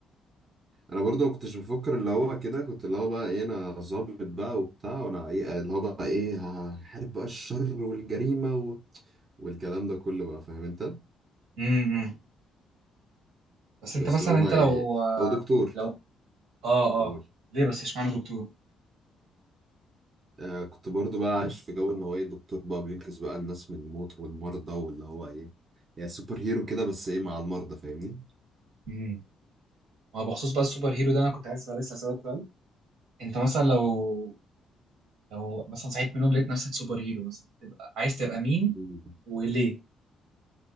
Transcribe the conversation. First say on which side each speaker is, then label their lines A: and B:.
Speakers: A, on the right; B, on the right.
A: انا برضو ما كنتش بفكر اللي هو كده كنت اللي هو بقى ايه انا ظابط بقى وبتاع وانا ايه اللي هو بقى ايه هحارب بقى الشر والجريمه و... والكلام ده كله بقى فاهم انت
B: امم بس
A: بس
B: انت مثلا
A: اللي هو ما
B: انت لو
A: يعني او دكتور
B: لو اه
A: قول.
B: اه ليه بس اشمعنى دكتور
A: آه كنت برضو بقى عايش في جو ان هو ايه دكتور بقى بينقذ بقى الناس من الموت والمرضى واللي هو ايه يعني سوبر هيرو كده بس ايه مع المرضى فاهمني
B: امم ما هو بخصوص بقى السوبر هيرو ده انا كنت عايز لسه اسالك سؤال انت مثلا لو لو مثلا صحيت من النوم لقيت نفسك سوبر هيرو مثلا تبقى عايز تبقى مين
A: مم.
B: وليه